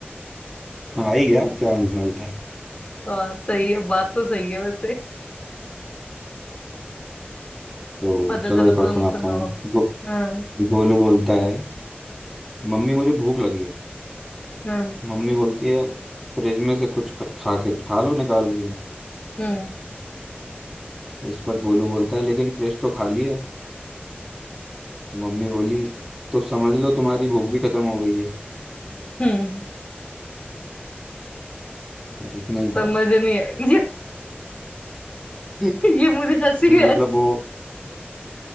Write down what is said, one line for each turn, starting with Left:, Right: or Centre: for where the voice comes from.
Centre: आ ही गया अब क्या आने वाला है
Left: हाँ सही है बात तो सही है वैसे
Centre: तो
Left: अच्छा
Centre: चलो
Left: चलो
Centre: एक और
Left: तुम
Centre: सुनाता
Left: सुनाओ
Centre: हूँ गो,
Left: हाँ
Centre: गोलू बोलता है मम्मी मुझे भूख लगी है
Left: हाँ
Centre: मम्मी बोलती है फ्रिज में से कुछ ख- खा के खा लो निकाल के
Left: हम्म
Centre: इस पर गोलू बोलता है लेकिन फ्रिज तो खाली है मम्मी बोली तो समझ लो तुम्हारी भूख भी खत्म हो गई है
Left: हम्म
Centre: बस इतना ही
Left: समझ
Centre: था
Left: नहीं है ये
Centre: <laughs> नहीं
Left: ये मुझे हंसी है
Centre: मतलब वो